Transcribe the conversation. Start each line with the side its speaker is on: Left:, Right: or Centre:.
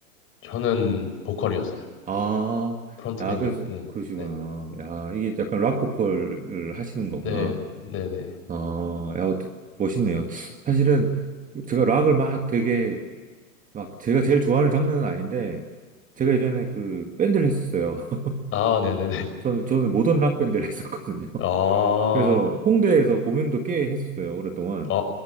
Left: 저는 보컬이었어요.
Right: 아,
Left: 프론트맨이었고,
Right: 야, 그래서, 그러시구나.
Left: 네.
Right: 야, 이게 약간 락 보컬을 하시는 거구나.
Left: 네, 네네.
Right: 아, 야, 어떠- 멋있네요. 사실은 제가 락을 막 되게, 막 제가 제일 좋아하는 장르는 아닌데, 제가 예전에 그 밴드를 했었어요. <laughs>
Left: 아, 네네네.
Right: 저는, 저는 모던 락 밴드를 했었거든요.
Left: 아,
Right: 그래서 홍대에서 공연도 꽤 했었어요, 오랫동안.
Left: 아,